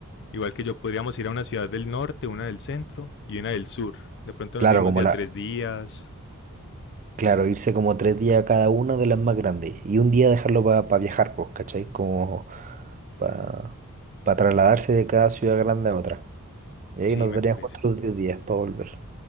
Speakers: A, on the left (about 55°); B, on the right (about 35°).
A: Igual que yo, podríamos ir a una ciudad del norte, una del centro y una del sur. De pronto
B: Claro,
A: nos dimos
B: como
A: de a
B: la,
A: tres días.
B: Claro, irse como tres días a cada una de las más grandes y un día dejarlo para viajar, pues, ¿cachai? Como para trasladarse de cada ciudad grande a otra. Y
A: Sí,
B: ahí nos
A: me
B: darían
A: parece.
B: cuatro o diez días para volver.